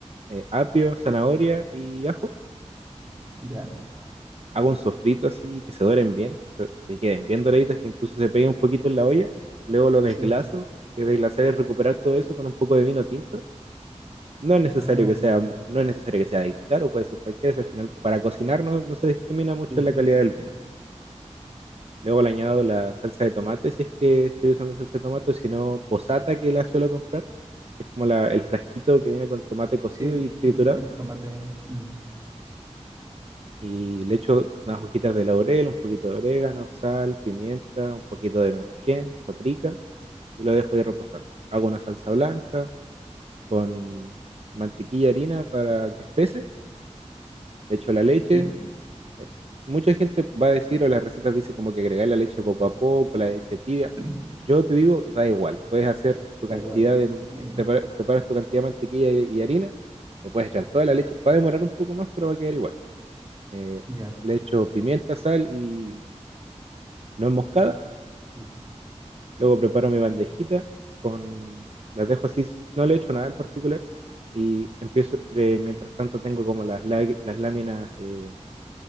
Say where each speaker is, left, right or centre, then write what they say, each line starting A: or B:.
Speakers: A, on the right (about 60°); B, on the right (about 30°).
A: eh, apio, zanahoria y ajo.
B: ¿Ya?
A: hago un sofrito así, que se doren bien, que, se- que queden bien doraditos, que incluso se peguen un poquito en la olla. Luego lo desglaso,
B: Sí.
A: que desglasar es recuperar todo eso con un poco de vino tinto. No es necesario
B: Ah,
A: que
B: ya.
A: sea, no es necesario que sea del caro, puede ser cualquiera, si al final para cocinar no, no se discrimina mucho
B: Sí.
A: en
B: pu-
A: la calidad del vino. Luego le añado la salsa de tomate, si es que estoy usando salsa de tomate, o si no, posata que la suelo comprar, que es como la- el frasquito que viene con tomate cocido
B: Sí.
A: y triturado
B: El, el tomate. mm,
A: y le echo unas hojitas de laurel, un poquito de orégano, sal, pimienta, un poquito de merquén, paprika y lo dejo ahí reposando. Hago una salsa blanca con mantequilla, harina para que espese, le echo la leche.
B: ¿Sí?
A: eh, Mucha gente va a decir, o las recetas dicen como que agregar la leche poco a poco, la leche tibia.
B: <clears throat>
A: Yo te digo, da igual, puedes hacer tu
B: Da
A: cantidad
B: igual.
A: de,
B: Ahí,
A: prepara- preparas tu cantidad de mantequilla y, y harina, le puedes echar toda la leche, va a demorar un poco más, pero va a quedar igual. Eh,
B: ya.
A: le echo pimienta, sal y no enmoscada.
B: L-
A: Luego preparo mi bandejita con las dejo así, no le echo nada en particular y empiezo pre- mientras tanto tengo como las lá- las láminas eh,